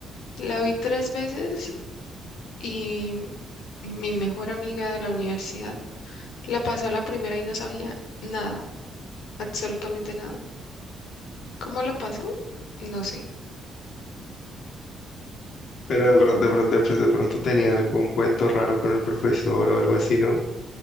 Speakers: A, on the left; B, on the left.
A: La vi tres veces y mm, mi mejor amiga de la universidad la pasó a la primera y no sabía nada, absolutamente nada. ¿Cómo la pasó? No sé,
B: Pero de pronto, de pronto, pues de pronto tenía algún cuento raro con el <laughs> profesor o algo así, ¿no?